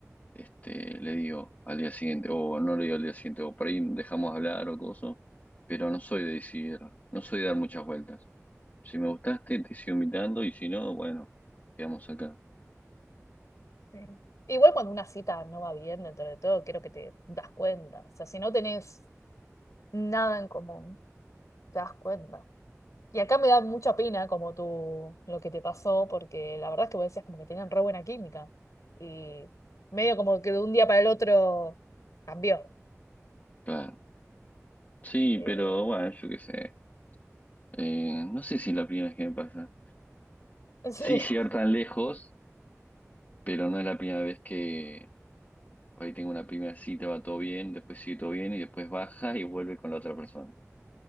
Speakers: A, on the left (about 30°); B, on the left (about 85°).
A: este, le digo al día siguiente, o no le digo al día siguiente, o por ahí dejamos de hablar o cosas, pero no soy de decir, no soy de dar muchas vueltas. Si me gustaste, te sigo invitando y si no, bueno, quedamos acá.
B: sí. Igual cuando una cita no va bien dentro de todo, creo que te das cuenta. O sea, si no tenés nada en común, te das cuenta. Y acá me da mucha pena como tú, lo que te pasó, porque la verdad es que vos decías como que tenían re buena química. Y medio como que de un día para el otro cambió.
A: Claro. Sí,
B: Eh,
A: pero bueno, yo qué sé. Eh, no sé si es la primera vez que me pasa.
B: <laughs> en serio.
A: Sí, llegar tan lejos, pero no es la primera vez que por ahí tengo una primera cita, va todo bien, después sigue todo bien y después baja y vuelve con la otra persona.